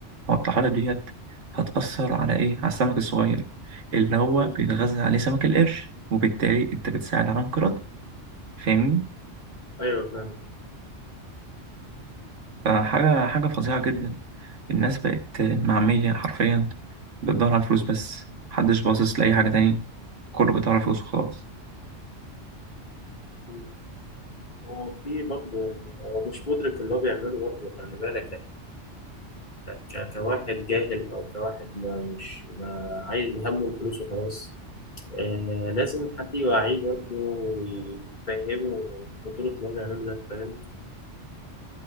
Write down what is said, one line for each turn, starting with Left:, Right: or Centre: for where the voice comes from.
Right: هو الطحالب ديت هتأثر على إيه على السمك الصغير اللي هو
Left: مم،
Right: بيتغذى عليه سمك القرش وبالتالي أنت بتساعد على انقراض فاهمني
Left: أيوه فاهم
Right: فحاجة حاجة فظيعة جدا الناس بقت معمية حرفيا بتدور على الفلوس بس محدش باصص لأي حاجة تاني كله بيدور على الفلوس وخلاص
Left: مم. هو في برضه يعني هو مش مدرك اللي هو بيعمله برضه خلي بالك يعني ك- كواحد جاهل أو كواحد ما مش ما عايز همه الفلوس وخلاص آه لازم حد يوعيه برضه ويفهمه خطورة اللي هو بيعمله ده فاهم